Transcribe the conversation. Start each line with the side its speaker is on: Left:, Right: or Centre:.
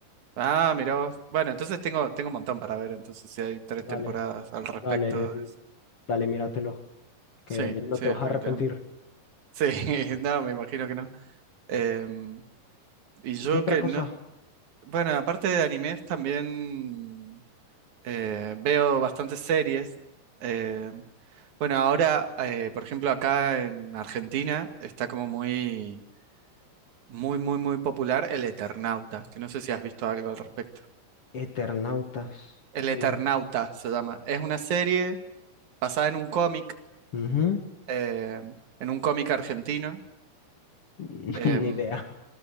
Right: Ah, mirá vos. Bueno, entonces tengo, tengo un montón para ver, entonces si hay tres
Left: Dale,
Right: temporadas al respecto
Left: dale,
Right: de eso.
Left: dale, míratelo. Que
Right: Sí,
Left: no
Right: sí,
Left: te
Right: definitivamente.
Left: vas a arrepentir.
Right: Sí, <laughs> no, me imagino que no. Em, y yo
Left: ¿Y qué otra
Right: que
Left: cosa?
Right: no... Bueno, aparte de animes, también eh, veo bastantes series. em, Bueno, ahora, eh, por ejemplo, acá en Argentina está como muy, muy, muy, muy popular El Eternauta, que no sé si has visto algo al respecto.
Left: Eternautas.
Right: El Eternauta
Left: Mm.
Right: se llama. Es una serie basada en un cómic,
Left: Ujú,
Right: eh, en un cómic argentino.
Left: <laughs>
Right: em,
Left: Ni idea.